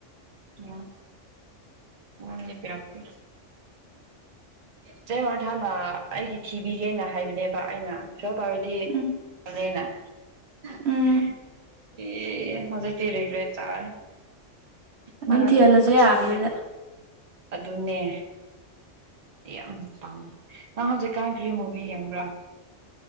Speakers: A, on the right; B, on the right.
A: ꯎ ꯑꯣ ꯄꯔꯛꯇꯦ <unintelligible> ꯆꯩ ꯋꯥ ꯊꯥꯅ ꯑꯩꯒꯤ ꯊꯤꯕꯤꯒꯦꯅ ꯍꯥꯏꯕꯅꯦꯕ ꯑꯩꯅ ꯈꯔ ꯇꯧꯔꯗꯤ
B: ꯎꯝ
A: ꯂꯦꯅ <unintelligible>
B: ꯎꯝ
A: ꯑꯦ ꯍꯥꯎꯖꯤꯛꯇꯤ ꯔꯤꯒꯔ꯭ꯦꯠ ꯆꯥꯔꯦ
B: ꯑꯗꯨꯝ
A: ꯃꯥꯅ
B: ꯊꯤꯍꯜꯂꯁꯨ
A: ꯊꯤꯕꯤꯔꯗꯤ
B: ꯌꯥꯕꯗꯨꯗ
A: ꯑꯗꯨꯅꯦ ꯌꯥꯝ ꯄꯥꯝ ꯅꯪ ꯍꯧꯖꯤꯛꯀꯥꯟ ꯀꯔꯤ ꯃꯨꯚꯤ ꯌꯦꯡꯕ꯭ꯔꯥ